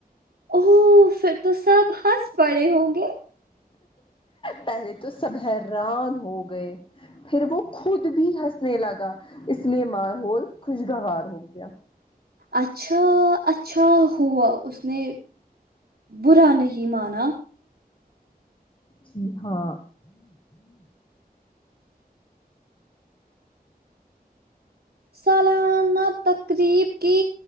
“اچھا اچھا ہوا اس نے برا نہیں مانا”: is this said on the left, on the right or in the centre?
Right